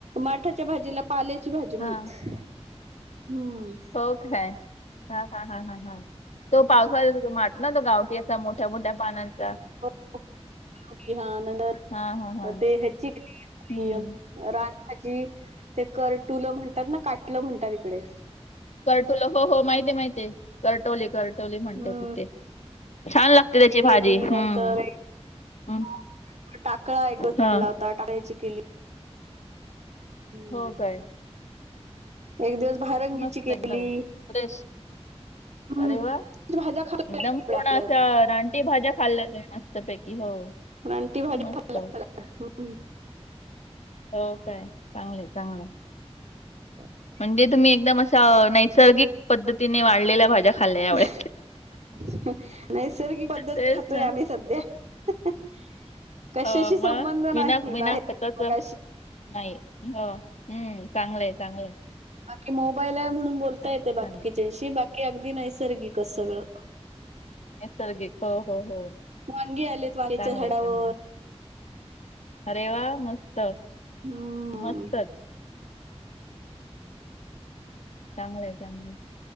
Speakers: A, on the right; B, on the left.
A: माठाच्या भाजीला पाल्याची भाजी म्हणतात.
B: हा
A: हम्म.
B: हो काय.. हा हा हा हा हा तो पावसाळ्यात येतो तो माठ न. तो गावठी असं..... त्या मोठ्या मोठ्या पानांच्या
A: <unintelligible> हा
B: हा हा हा
A: ते हचीक- <unintelligible>
B: हम्म
A: रानभाजी, ते करटुलं म्हणतात न, काटलं म्हणतात इकडे.
B: कर्टुलं, हो हो, माहिती माहितीये. कर्टवले कर टवले म्हणतात
A: हम्म
B: इथे. छान लागते त्याची भाजी.
A: केली
B: हम्म.
A: नंतर
B: हम्म.
A: <unintelligible> टाकळा एक दिवस
B: हा
A: आणला होता, टाकळ्याची केली. हम्म.
B: हो काय.
A: एक दिवस भारंगीची
B: मस्त
A: केली.
B: एकदम फ्रेश,
A: हम्म.
B: अरे वा! !
A: भाज्या खातो
B: एकदम
A: इकडे
B: पूर्ण
A: आल्यावर
B: अशा रानटी भाज्याच खाल्ल्या त्या मस्तपैकी. हो.
A: रादटी भाज्या.
B: मस्त
A: <unintelligible>
B: हो काय.. चांगलंय, चांगलंय.
A: ह.
B: म्हणजे तुम्ही एकदम अशा नैसर्गिक पद्धतीने वाढलेल्या भाज्या. खाल्ल्या यावेळेस
A: अ ह्य.. नैसर्गिक पद्धत
B: तेच
A: खातोय
B: ना
A: आम्ही सध्या. हह.. कशाशी
B: हो मग
A: संबंध
B: बिना
A: नाही
B: बिना
A: बाहेर
B: खताच
A: मगाशी.
B: नाही, हो, हम्म... चांगलंय, चांगलंय.
A: बाकी मोबाईल आहे म्हणून बोलता
B: छान
A: येते
B: छान
A: बाकीच्याशी बाकी नैसर्गिकच सगळं.
B: नैसर्गिक. हो हो हो.
A: वांगी आलेत वांग्याच्या
B: चांगलंय
A: झाडावर.
B: चांगलंय अरे... वा! ! मस्त..,
A: हम्म.
B: मस्तच., चांगलंय... चांगलं. य..